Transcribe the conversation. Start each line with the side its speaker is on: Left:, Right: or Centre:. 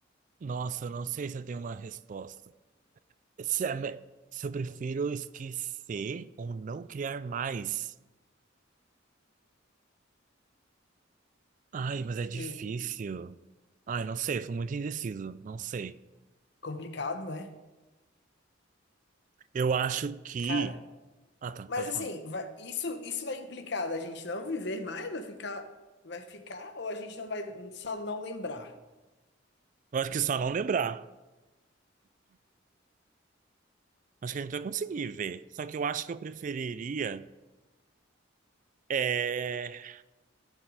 Right: Nossa, eu não sei se eu tenho uma resposta. Se, é me- se eu prefiro esquecer ou não criar mais. Ai, mas é difícil.
Left: Sim,
Right: Ai, não sei, eu sou muito indeciso, não sei.
Left: complicado, né?
Right: Eu acho que.
Left: Cara,
Right: Ah, tá,
Left: mas
Right: pode
Left: assim,
Right: falar.
Left: vai- isso isso vai implicar da gente não viver mais, vai ficar vai ficar ou a gente não vai só não lembrar?
Right: Eu acho que só não lembrar. Acho que a gente vai conseguir ver. Só que eu acho que eu preferiria é,